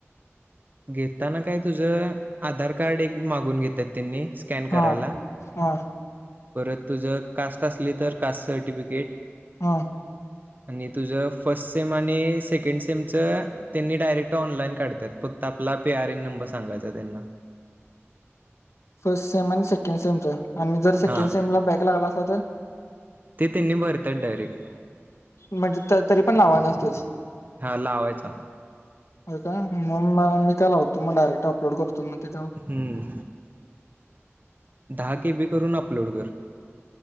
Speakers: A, on the right (about 40°); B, on the left (about 75°).
A: घेताना काय तुझ आधार कार्ड एक मागु मागून घेतात त्यांनी स्कॅन करायला.
B: हा हा
A: परत तुझं कास्ट असली तर कास्ट सर्टिफिकेट
B: हा.
A: आणि तुझं फर्स्ट सेम आणि सेकंड सेमचं त्यांनी डायरेक्ट ऑनलाइन काढतात. फक्त आपला पी आर एन नंबर सांगायचा त्यांना.
B: फर्स्ट सेम आणि सेकंड सेमच. आणि जर सेकंड
A: हां
B: सिमला बॅक लागला असला तर.
A: ते त्यांनी भरत्यात डायरेक्ट.
B: म्हणजे त तरी पण लावायच असतयच.
A: हा लावायच.
B: होय काय म मी काय लावतो म डायरेक्ट अपलोड करतो. मग त्याच्यावर
A: हम्म, दहा केबी करून अपलोड कर.